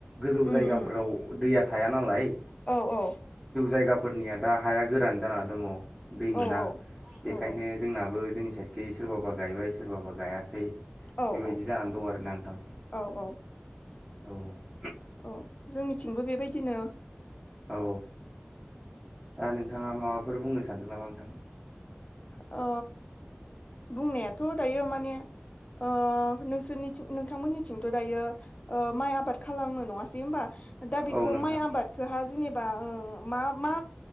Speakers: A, on the right (about 15°); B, on the left (about 30°).
A: गोजौ
B: उम
A: जायगाफोराव
B: उम
A: दैया थाया ना लाय
B: औ औ
A: जायगाफोरनिया दा हाया गोरान जाना दङ दै मोना
B: औ औ
A: बेखायनो
B: औ
A: जोंनाबो जोंनि साइडखै सोरबाबा गायबाय सोरबाबा गायाखै
B: औ
A: बेबायदि
B: औ
A: जानानै दं आरोना नोंथां
B: औ औ
A: औ
B: औ जोंनिथिंबो बेबायदिनो
A: औ दा नोंथाङा माबाफोर बुंनो सानदों नामा नोंथां
B: ओ बुंनायाथ' दायो माने ओ नोंसोरनिथिं नोंथांमोननिथिंथ' दायो माइ आबाद खालामो नङासै होमबा दा बेखौ
A: औ नोंथां
B: माइ आबादखोहा जेनेबा ओ मा मा